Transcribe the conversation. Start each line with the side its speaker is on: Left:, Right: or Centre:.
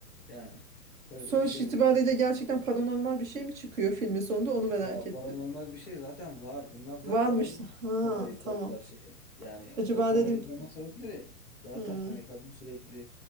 Centre: Yani öyle
Right: sonuç
Centre: bir şey
Right: itibariyle
Centre: var.
Right: gerçekten paranormal bir şey mi çıkıyor filmin sonunda onu merak
Centre: Ya
Right: ettim.
Centre: paranormal bir şey zaten var. Bunlar zaten
Right: Varmış.
Centre: o yüzden
Right: Ha
Centre: kamerayı koydular
Right: tamam.
Centre: şeye. Yani
Right: Acaba
Centre: onların kamerayı
Right: dedim ki-
Centre: koyma sebepleri zaten
Right: hmm,
Centre: hani kadın sürekli